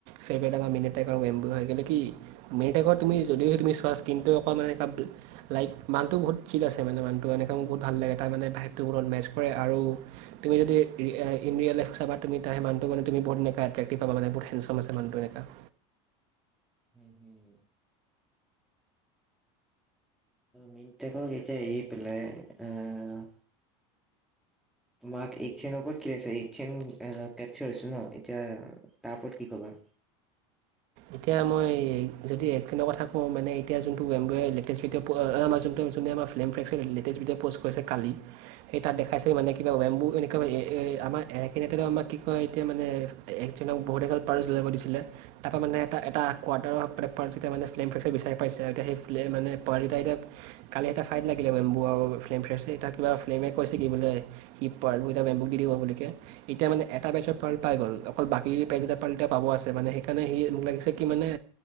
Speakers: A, on the right; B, in the centre.
A: ফেবাৰট আৰু মিনিটেগ এটাই কাৰ এম্বু হয় কি মিনিটেগত তুমি যদিহে যদি চোৱা স্কিনটো অকণমানে লাইক মানুহটো বহুত ঠিক আছে মানে মানটো এনেকৈ মোৰ বহুত ভাল লাগে তাৰ মানে তাৰ ভাইবটো মোৰ লগত মেচ কৰে আৰু তুমি যতি ইন ৰেল লাইফ চাবা তু তাৰ মানটো মান তুমি বহত এনেকা একটেকটিফ পাবা মানে, মানুহটো বহুত হেণ্ডচাম আছে এনেকা
B: উম, উম। মিননিটেগক এতিয়া এৰি পেলাই অহ তোমাৰ এইচেনৰ ওপৰত কি আছে এইচেন কেপচাৰ হৈছিল ন এতিয়া তাৰ ওপৰত কি কবা?
A: এতিয়া মই যদি এক কেনেক কথা কওঁ মানে এতিয়া যোনটো এম্বুৱে আহিলে লেটেষ্ট আমাৰো আমাৰ জোনটো আমাৰ ফ্ৰেম ফেকাল্টী শেহতীয়া ভিডিঅ পোষ্ট কৰিছে কালি। সে তাত দেখাইছে মানে কিবা ৱেম্বু এনেকুৱা আমাৰ এৰাৰাকিনতে আমাৰ কি কয় এতিয়া মানে? একজনক বহুত এগাল পাৰ্টছ উলিয়াবলৈ দিছিলে। তাৰ পা মানে এটা-এটা কোৱাটাৰৰ পোৰ যেতিয়া মানে ফ্লেম ফ্ৰকচাৰ বিচাৰি পাইছে এতিয়া সেই ফ্লে মানে পাৰালিতিটা এতিয়া। কালি এটা ফাইট লাগিলে বেম্বু আৰু তাত কিবা ফ্লামে যে কৈছে কি বোলে? কি পাৰ্ল এটা বেমুী দিব লোকে? এতিয়া মানে এটা বেচৰ ছোৱালীহে পাই গ'ল অকল বাকী পাৰ্ট এটা পাব আছে মানে হে হেকৰ্নে হেৰী লাগিছে কি মানে?